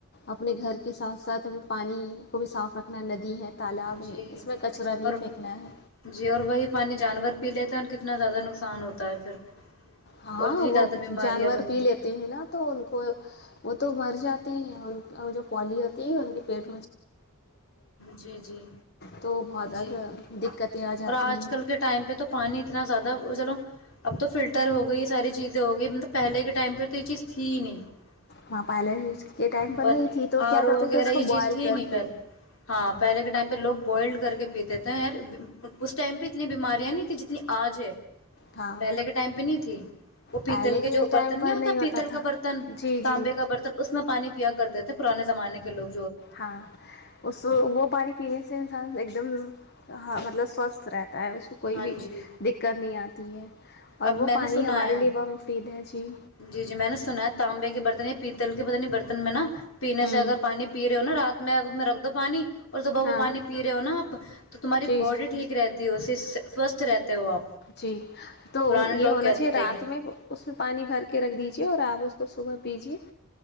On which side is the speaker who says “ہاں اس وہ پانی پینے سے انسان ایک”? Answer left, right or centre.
Left